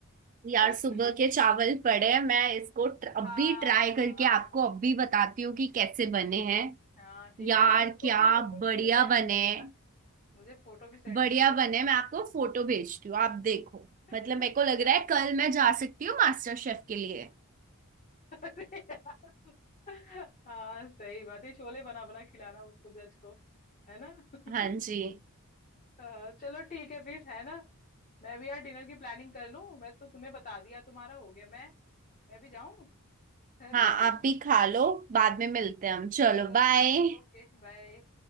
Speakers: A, on the right (about 35°); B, on the left (about 35°).
A: यार
B: <laughs>
A: सुबह के चावल पड़े हैं मैं इसको tr- अभी
B: हाँ
A: ट्राई
B: हाँ
A: करके आपको अभी बताती हूँ कि कैसे बने हैं
B: हाँ ठीक
A: यार
B: है मुझे फोटो
A: क्या
B: भी फोटो भी
A: बढ़िया
B: मुझे सेंड
A: बने
B: कर देना
A: हैं
B: मुझे फोटो भी सेंड
A: बढ़िया
B: कर देना
A: बने मैं आपको फोटो भेजती हूँ आप देखो
B: हाँ
A: मतलब मेरे को लग रहा है कल मैं जा सकती हूँ मास्टर शेफ के लिए
B: अरे यार हाँ सही बात है छोले बना बना खिलाना उसको जज को है ना <laughs>
A: हाँ जी
B: हाँ, चलो ठीक है फिर है ना मैं भी यार डिनर की प्लानिंग कर लूं मैं तो तुम्हें बता दिया तुम्हारा हो गया मैं मैं भी जाऊं है ना
A: हाँ
B: <laughs>
A: आप भी खा लो बाद में मिलते हैं हम चलो
B: चलो
A: बाय
B: ठीक Okay bye